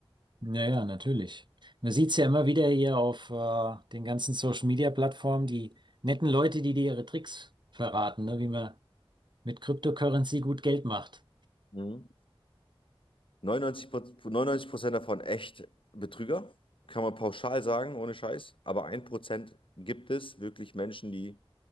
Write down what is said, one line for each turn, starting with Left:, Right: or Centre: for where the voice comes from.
Right: naja, natürlich. Man sieht's ja immer wieder hier auf äh, den ganzen Social Media Plattformen, die netten Leute, die dir ihre Tricks verraten, ne, wie man mit Cryptocurrency gut Geld macht.
Left: Mhm. 99, 99% davon echt Betrüger, kann man pauschal sagen, ohne Scheiß. Aber ein Prozent gibt es wirklich Menschen, die